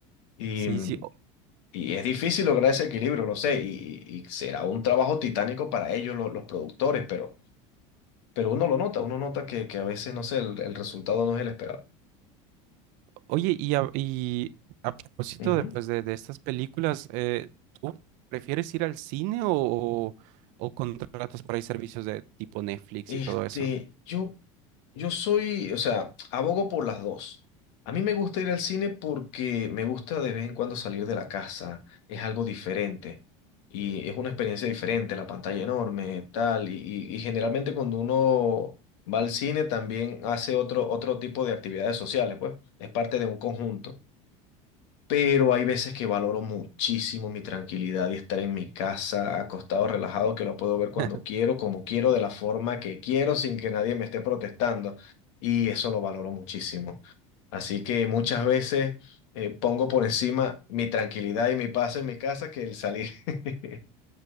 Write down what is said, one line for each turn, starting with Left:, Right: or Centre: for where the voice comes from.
Left: Y,
Right: Sí,
Left: mm,
Right: sí.
Left: y es difícil lograr ese equilibrio, lo sé, y, y- y será un trabajo titánico para ellos, lo- los productores, pero... pero uno lo nota, uno nota que, que a veces, no sé, el, el resultado no es el esperado.
Right: Oye, y a, y a propósito
Left: Ujú.
Right: de, pues, de, de estas películas, eh, ¿tú prefieres ir al cine o, o, o contratas por ahí servicios de tipo Netflix
Left: Este,
Right: y todo eso?
Left: yo, yo soy, o sea, abogo por las dos. A mí me gusta ir al cine porque me gusta de vez en cuando salir de la casa, es algo diferente y es una experiencia diferente, la pantalla enorme, tal, y, y- y generalmente cuando uno va al cine también hace otro, otro tipo de actividades sociales, pues, es parte de un conjunto. pero hay veces que valoro muchísimo mi tranquilidad y estar en mi casa, acostado, relajado, que lo puedo ver cuando
Right: <laughs>
Left: quiero, como quiero, de la forma que quiero, sin que nadie me esté protestando. Y eso lo valoro muchísimo. Así que muchas veces eh, pongo por encima mi tranquilidad y mi paz en mi casa que el salir. <laughs>